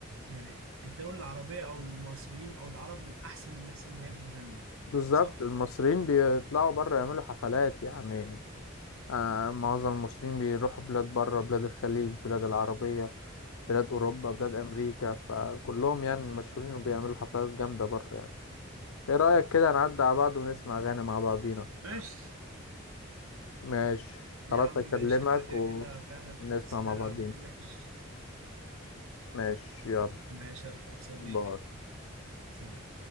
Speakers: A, on the right; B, on the left.
A: يعني الدول العربيه او المصريين او العرب من احسن الناس اللي هي بتغني
B: بالظبط
A: صح؟
B: المصريين بيطلعوا بره يعملوا حفلات يعني آه معظم المصريين بيروحوا بلاد بره بلاد الخليج بلاد العربية بلاد أوروبا بلاد أمريكا فكلهم يعني مشهورين وبيعملوا حفلات جامدة بره يعني إيه رأيك كده نعدي على بعض ونسمع أغاني مع بعضينا
A: ماشي
B: ماشي
A: يا
B: خلاص
A: عم ماشي
B: أكلمك
A: انا كده
B: و-
A: كده فعلا
B: ونسمع
A: حاسس ان
B: مع
A: انا
B: بعضين
A: مود وحش
B: ماشي يلا
A: ماشي يا صديقي
B: باي
A: سلام